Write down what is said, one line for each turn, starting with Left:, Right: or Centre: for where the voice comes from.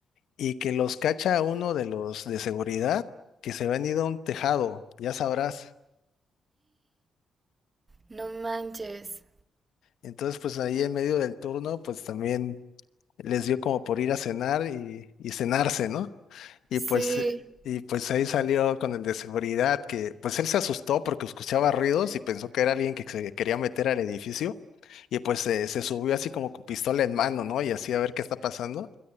Left: y que los cacha uno de los de seguridad que se habían ido a un tejado, ya sabrás.
Right: No manches.
Left: Entonces, pues ahí en medio del turno, pues también les dio como por ir a cenar y, y cenarse, ¿no? Y pues,
Right: Sí,
Left: eh, y pues ahí salió con el de seguridad, que pues él se asustó porque escuchaba ruidos y pensó que era alguien que se quería meter al edificio. Y pues se se subió así como con pistola en mano, ¿no? Y así a ver qué está pasando.